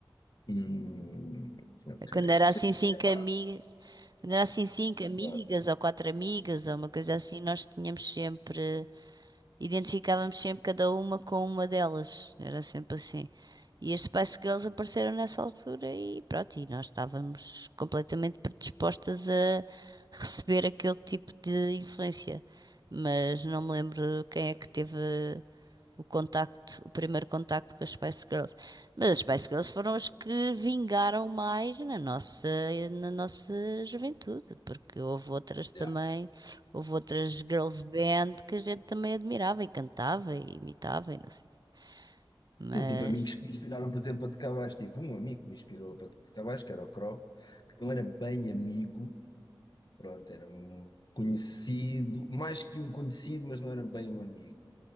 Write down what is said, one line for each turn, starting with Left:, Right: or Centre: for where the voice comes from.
Left: Hum, ok.
Right: Quando era
Left: Sim,
Right: assim cinco
Left: é pá,
Right: amigas, quando era assim cinco amigas
Left: claro.
Right: ou quatro amigas ou uma coisa assim, nós tínhamos sempre, identificávamos sempre cada uma com uma delas. Era sempre assim. E as Spice Girls apareceram nessa altura e pronto, e nós estávamos completamente predispostas a receber aquele tipo de influência. Mas não me lembro quem é que teve o contacto, o primeiro contacto com as Spice Girls. Mas as Spice Girls foram as que vingaram mais na nossa, na nossa juventude, porque houve outras também,
Left: Yeah.
Right: houve outras girls band que a gente também admirava e cantava e imitava e não sei. o quê. Mas
Left: Sim, tive amigos que me inspiraram, por exemplo, para tocar baixo. Tive um amigo que me inspirou para tocar baixo, que era o Croc, que não era bem amigo, Pronto, era um conhecido, mais que um conhecido, mas não era bem um amigo.